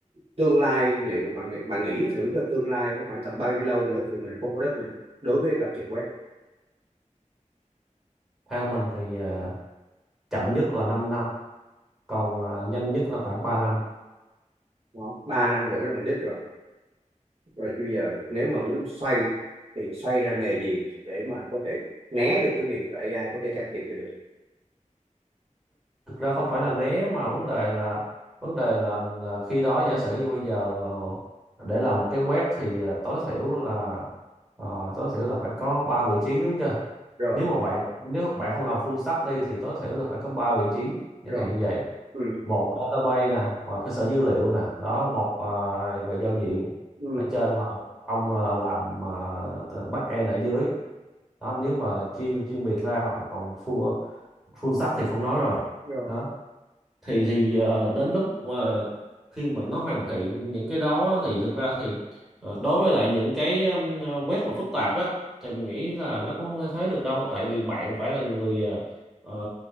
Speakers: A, on the right; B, in the centre.
A: tương lai liệu bạn nghĩ, bạn nghĩ thử cái tương lai nó khoảng tầm bao nhiêu lâu nữa thì mình không có đất mình đối với lập trình web
B: theo mình thì ờ, chậm nhất là 5 năm còn ờ, nhanh nhất là khoảng ba năm
A: đó. ba năm nữa là mình đứt rồi rồi thì bây giờ nếu mà muốn xoay thì xoay ra nghề gì để mà có thể né được cái việc là AI có thể can thiệp vô được
B: thực ra không phải là né mà vấn đề là vấn đề là ờ, khi đó giả sử như bây giờ ờ, để làm một cái web thì ờ, tối thiểu là ờ, tối thiểu là phải có ba vị trí đúng chưa
A: rồi
B: nếu mà bạn nếu bạn không làm full stack đi thì tối thiểu là phải có ba vị trí chẳng
A: rồi
B: hạn như vậy
A: ừ,
B: một database nè và cơ sở dữ liệu nè đó một ờ, về giao diện
A: ừ,
B: ở trên và một ông là làm uh, back end ở dưới đó nếu mà chia chuyên biệt ra hoặc là còn full full stack thì không nói rồi
A: rồi
B: đó thì thì ờ, đến lúc mà khi mà nó hoàn thiện những cái đó thì thực ra thì ờ, đối với lại những cái um, web mà phức tạp á thì mình nghĩ là nó cũng không thể thấy được đâu tại vì bạn phải là người ờ, ờ,